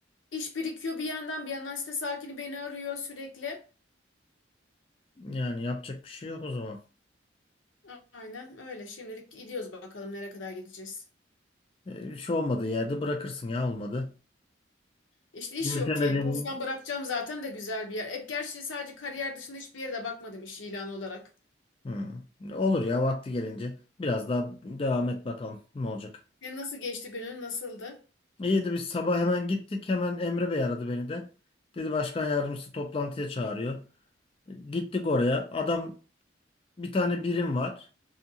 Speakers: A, on the left; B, on the left.
A: İş birikiyor bir yandan bir yandan site sakini beni arıyor sürekli.
B: Yani yapacak bir şey yok o zaman.
A: A- Aynen öyle. Şimdilik gidiyoruz bakalım nereye kadar gideceğiz.
B: E, bir şey olmadığı yerde bırakırsın ya olmadı.
A: İşte iş
B: Yürütemediğini.
A: yok ki. Bulsam bırakacağım zaten de güzel bir yer. Hep gerçi sadece kariyer dışında hiçbir yere de bakmadım iş ilanı olarak.
B: Hı. Olur ya vakti gelince. Biraz daha devam et bakalım ne olacak.
A: Senin nasıl geçti günün? Nasıldı?
B: İyiydi biz sabah hemen gittik. Hemen Emre Bey aradı beni de. Dedi başkan yardımcısı toplantıya çağırıyor. Gittik oraya. Adam bir tane birim var.